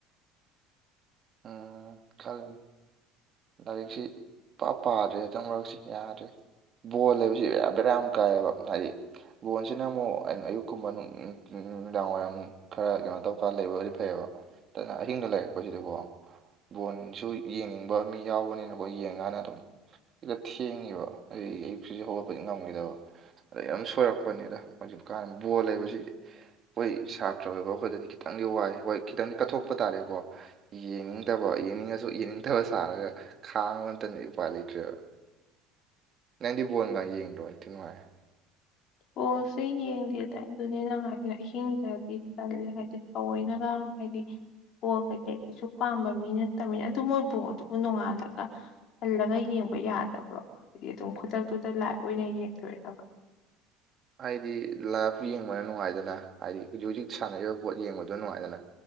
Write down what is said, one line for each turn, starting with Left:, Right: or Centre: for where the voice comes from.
Right: ꯎꯝ ꯀꯂ ꯂꯥꯏꯔꯤꯛꯁꯤ ꯄ ꯄꯥꯗ꯭ꯔꯦ ꯍꯇꯪ ꯃꯔꯛꯁꯤ ꯌꯥꯗ꯭ꯔꯦ꯫ ꯕꯣꯜ ꯍꯥꯏꯕꯁꯤ ꯕꯦꯔꯥ ꯌꯥꯝ ꯀꯥꯏꯌꯦꯕ ꯍꯥꯏꯗꯤ ꯕꯣꯟꯁꯤꯅ ꯑꯃꯨꯛ ꯑꯩꯅ ꯑꯌꯨꯛꯀꯨꯝꯕ ꯅꯨꯃꯤꯗꯥꯡꯋꯥꯏꯔꯝ ꯈꯔ ꯀꯩꯅꯣ ꯇꯧꯀꯥꯟ ꯂꯩꯕꯕꯨꯗꯤ ꯐꯩꯑꯕ ꯑꯗꯨꯅ ꯑꯍꯤꯡꯗ ꯂꯩꯔꯛꯄꯁꯤꯗꯤꯀꯣ ꯕꯣꯟꯁꯨ ꯌꯦꯡꯅꯤꯡꯕ ꯃꯤ ꯌꯥꯎꯕꯅꯤꯅꯀꯣ ꯌꯦꯡꯀꯥꯟꯗ ꯑꯗꯨꯝ ꯁꯤꯗ ꯊꯦꯡꯉꯤꯕ ꯑꯩ ꯑꯌꯨꯛꯁꯤꯁꯨꯦ ꯍꯧꯒꯠꯄꯗꯤ ꯉꯝꯈꯤꯗꯕ ꯗ ꯌꯥꯝ ꯁꯣꯏꯔꯛꯄꯅꯦꯗ ꯍꯧꯖꯤꯛ ꯀꯥꯟ ꯕꯣꯜ ꯂꯩꯕꯁꯤ ꯍꯣꯏ ꯁꯥꯇ꯭ꯔ ꯑꯣꯏꯕ ꯑꯩꯈꯣꯏꯗꯗꯤ ꯈꯤꯇꯪꯗꯤ ꯋꯥꯏ ꯍꯣꯏ ꯈꯤꯇꯪꯗꯤ ꯀꯠꯊꯣꯛꯄ ꯇꯥꯔꯦꯀꯣ ꯌꯦꯡꯅꯤꯡꯗꯕ ꯌꯦꯡꯅꯤꯡꯉꯁꯨ ꯌꯦꯡꯅꯤꯡꯗꯕꯁꯨ ꯊꯥꯔꯒ ꯈꯥꯡꯕ ꯅꯇꯅ ꯎꯄꯥ ꯂꯩꯇ꯭ꯔꯦꯕ ꯅꯥꯏꯟꯗꯤ ꯕꯣꯟꯒ ꯌꯦꯡꯗ꯭ꯔꯣ ꯑꯩ ꯊ ꯅꯨꯡꯉꯥꯏ
Left: ꯄꯜꯁꯦ ꯌꯦꯡꯗꯦꯗꯏ ꯑꯗꯨꯅꯤꯅ ꯍꯥꯏꯗꯤ ꯑꯍꯤꯡꯗꯗꯤ ꯆꯜꯂꯦ ꯍꯥꯏꯗꯤ ꯇꯔꯤꯅꯒ ꯍꯥꯏꯗꯤ ꯀꯣ ꯀꯩꯀꯩ ꯀꯩꯁꯨ ꯄꯥꯝꯕ ꯃꯤ ꯅꯠꯇꯕꯅ ꯑꯗꯨ ꯃꯣꯏꯕꯨ ꯑꯗꯨꯕꯨ ꯅꯣꯡꯉꯥꯜꯂꯒ ꯍꯜꯂꯒ ꯌꯦꯡꯕ ꯌꯥꯗꯕ꯭ꯔꯣ ꯍꯥꯏꯗꯤ ꯑꯗꯨꯝ ꯈꯨꯗꯛꯇꯨꯗ ꯂꯥꯏꯚ ꯑꯣꯏꯅ ꯌꯦꯡꯗꯣꯏꯕ
Right: ꯍꯥꯏꯗꯤ ꯂꯞ ꯌꯦꯡꯕꯅ ꯅꯨꯡꯉꯥꯏꯗꯅ ꯍꯥꯏꯗꯤ ꯍꯧꯖꯤꯛ ꯍꯧꯖꯤꯛ ꯁꯥꯟꯅꯔꯤꯕ ꯄꯣꯠ ꯌꯦꯡꯕꯗꯣ ꯅꯨꯡꯉꯥꯏꯗꯅ